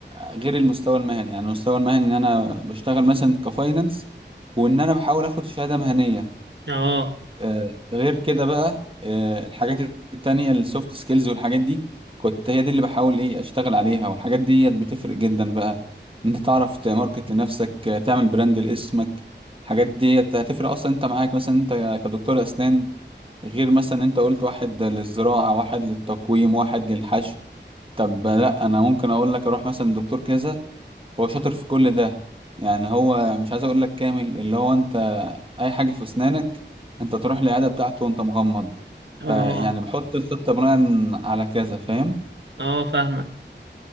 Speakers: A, on the right; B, on the right.
A: غير المستوى المهني يعني المستوى المهني ان انا بشتغل مثلا كفاينانس وان انا بحاول اخد شهاده مهنيه
B: اه
A: آه، غير كده بقى آه، الحاجات التانية السوفت سكيلز والحاجات دي كنت هي دي اللي بحاول ايه اشتغل عليها والحاجات دي بتفرق جدا بقى إن انت تعرف تماركت لنفسك آه، تعمل براند لاسمك الحاجات دي هتفرق اصلا انت معاك مثلا انت كدكتور اسنان غير مثلا انت قلت واحد للزراعة واحد للتقويم واحد للحشو طب لا انا ممكن اقول لك اروح مثلا دكتور كذا هو شاطر في كل ده يعني هو مش عايز اقول لك كامل اللي هو انت اي حاجه في اسنانك انت تروح للعياده بتاعته وانت مغمض
B: اه
A: فيعني بحط الخطه بناء على كذا فاهم
B: اه فاهمة